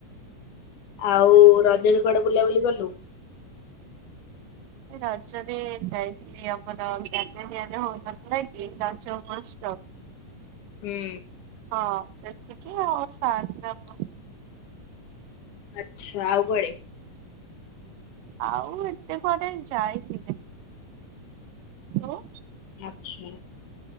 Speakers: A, on the left; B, on the right.
A: ଆଉ ରଜରେ କଡ ବୁଲାବୁଲି କଲୁ
B: ଏ ରଜରେ ଯାଇଥିଲି ମ ଜ ନିଆଲେ ହନ ନାକ ଦଞ୍ଚ ମଷ୍ଟ
A: ହୁଁ
B: ହଁ ସେତିକି ଆଉ ଶା <unintelligible>
A: ଆଚ୍ଛା ଆଉ କୁଆଡେ।
B: ଆଉ ଏତେ କୁଆଡେ ଯାଇନି ଯେ। ଲୋ।
A: ଆଛି